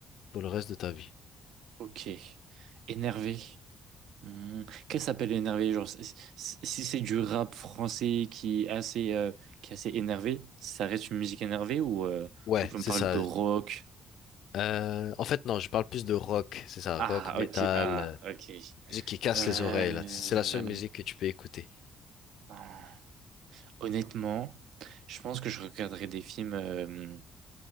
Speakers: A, on the left; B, on the right.
A: pour le reste de ta vie?
B: Ok. Énervé. Hmm. Qu'est-ce qui s'appelle énervé? Genre, si si- si c'est du rap français qui est assez, euh, qui est assez énervé, ça reste une musique énervée ou, euh,
A: Ouais,
B: ou tu
A: c'est
B: me parles
A: ça.
B: de rock?
A: Euh, en fait, non, je parle plus de rock, c'est ça,
B: Ah,
A: rock, metal,
B: ok, ah,
A: euh,
B: ok.
A: musique qui casse
B: Euh...
A: les oreilles, là. C'est la seule musique que tu peux écouter.
B: ah. Honnêtement, je pense que je regarderai des films, euh,